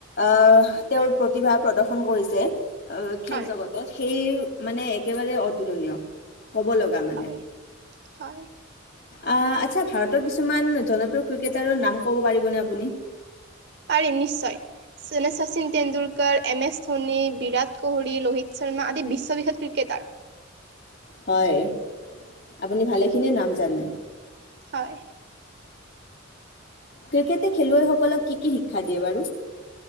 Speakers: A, on the left; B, on the right.
A: আহ তেওঁৰ প্ৰতিভা প্ৰদৰ্শন কৰিছে অ খেল
B: হয়,
A: জগতত সেই অওমানে একেবাৰে অতুলনীয় ক'ব লগা মানে
B: হয় হয়
A: আ। আচ্ছা ভাৰতৰ কিছুমান জনপ্ৰিয় ক্ৰিকেটাৰৰ নাম ক'ব পাৰিবনে আপুনি?
B: পাৰিম নিশ্চয় যেনে চীল টেণ্ডুলকাৰ এম এছ ধোনী বিৰাট কোহলি ৰোহিত শৰ্মা আদি বিশ্ববিখ্যাত ক্ৰিকেটাৰ
A: হয় আপুনি ভালেখিনিয়ে নাম জানে
B: হয়
A: ক্ৰিকেটে খেলুৱৈসকলক কি কি শিক্ষা দিয়ে বাৰু